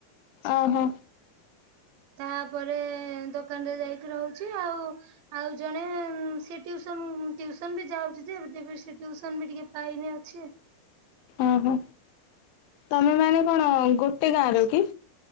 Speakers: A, on the left; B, on the right.
A: ଓହୋ
B: ତାପରେ ଦୋକାନରେ ଯାଇକି ରହୁଛି ଆଉ - ଆଉ ଜଣେ ସେ ଟିୟୁସନ୍ ଟିଉସନ୍ ବି ଯାଉଛି ଯେ ଟିଉସନ୍ ବି ଟିକେ ପାଇନି ଅଛି।
A: ଓହୋ। ତମେ ମାନେ କଣ ଗୋଟେ ଗାଁର କି?